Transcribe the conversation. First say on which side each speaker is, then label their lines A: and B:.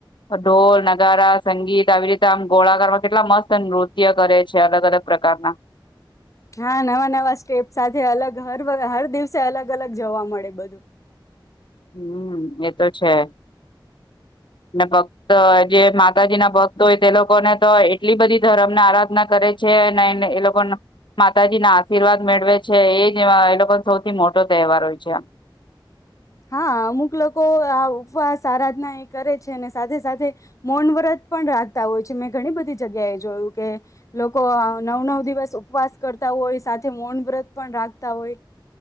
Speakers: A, on the left (about 70°); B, on the left (about 40°).
A: ઢોલ, નગારા, સંગીત આવી રીતે તે આમ ગોળાકારમાં કેટલા મસ્ત નૃત્ય કરે છે, અલગ અલગ પ્રકારના
B: હા નવા નવા સ્ટેપ સાથે અલગ હર વ- હર દિવસે અલગ અલગ જોવા મળે બધું
A: હમ એ તો છે, ને ભક્ત જે માતાજીના ભક્ત હોય તે લોકોને તો એટલી બધી ધરમને આરાધના કરે છે, અને એ લોકોનો માતાજીના આશીર્વાદ મેળવે છે એ જ એ લોકોનો સૌથી મોટો તહેવાર હોય છે, આમ
B: હા અમુક લોકો આ ઉપવાસ આરાધના એ કરે છે, ને સાથે સાથે મૌન વ્રત પણ રાખતા હોય છે, મેં ઘણી બધી જગ્યાએ જોયું કે લોકો નવ નવ દિવસ ઉપવાસ કરતા હોય, સાથે મૌન વ્રત પણ રાખતા હોય